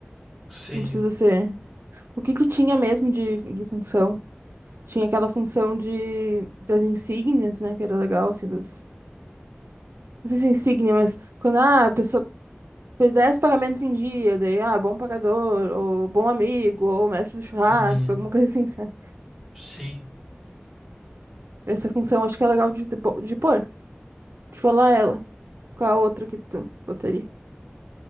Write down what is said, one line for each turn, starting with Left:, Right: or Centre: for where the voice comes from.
Centre: Sim,
Right: Não precisa ser. O que que tinha mesmo de, de função? Tinha aquela função de das insígnias, né? Que era legal, assim, das Não sei se é insígnia, mas quando ah, a pessoa fez 10 pagamentos em dia, daí, ah, bom pagador, ou bom amigo, ou mestre do churrasco,
Centre: Uhum,
Right: alguma coisa assim, sabe?
Centre: sim.
Right: Essa função acho que é legal de, te pô- de pôr, de falar ela. Qual a outra que tu botaria?